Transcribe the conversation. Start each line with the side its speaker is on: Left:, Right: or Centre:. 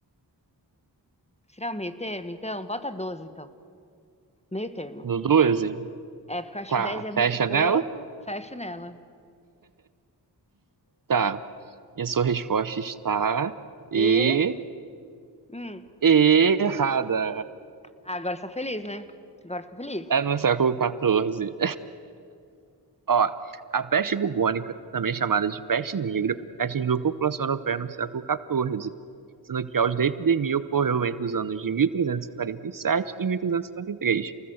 Left: Será o meio termo, então? Bota 12, então. Meio termo.
Right: No 12,
Left: É, porque eu acho
Right: Tá,
Left: que dez é muito
Right: fecha
Left: pouco,
Right: nela?
Left: fecho nela.
Right: Tá. E a sua resposta está... E...
Left: E. Hum,
Right: Errada.
Left: ah, agora você tá feliz, né? Agora ficou feliz.
Right: É no século XIV. Ó, a peste bubônica, também chamada de peste negra, atingiu a população europeia no século XIV, sendo que a auge da epidemia ocorreu entre os anos de 1347 e 1353.